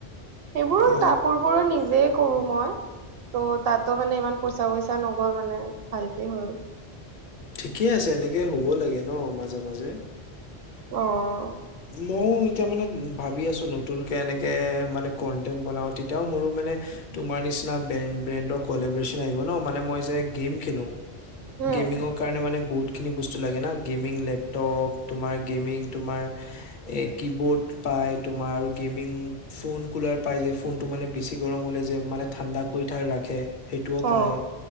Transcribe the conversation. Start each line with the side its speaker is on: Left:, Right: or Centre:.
Right: সেইবোৰ
Left: অ
Right: কাপোৰ বোৰো নিজেই কৰো মই ত' তাতো মানে ইমান পইচা গৈছ তাই নগ'ল মানে ভালকে হ'ল।
Left: ঠিকেই আছে এনেকে হ'ব লাগে ন' মাজে- মাজে
Right: অ',
Left: ময়ও এতিয়া মানে ভাবি আছো নতুনকে এনেকে মানে কন্টেন্ট বনাওঁ তেতিয়াও মোৰো মানে তোমাৰ নিচিনা ব্ৰেণ্ড- ব্ৰেণ্ডৰ কলেব্ৰেচন আহিব ন'মানে মই যে গেম খেলো
Right: উম
Left: গেমিংক কাৰণে মানে বহুতখিনি বস্তু লাগে না গেমিং লেপটপ তোমাৰ গেমিং তোমাৰ এ কি বোৰ্ড পাই তোমাৰ আৰু গেমিং ফোন কুলাৰ পাই যে ফোনটো মানে বেছি গৰম হ'লে যে মানে ঠাণ্ডা কৰি থাই ৰাখে সেইটোও পায়
Right: অ